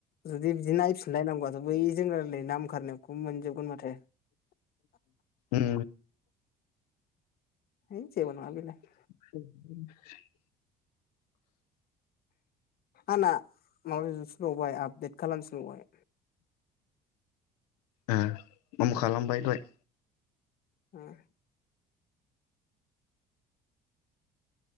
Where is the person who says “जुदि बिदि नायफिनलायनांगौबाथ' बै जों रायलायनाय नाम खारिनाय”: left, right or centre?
Left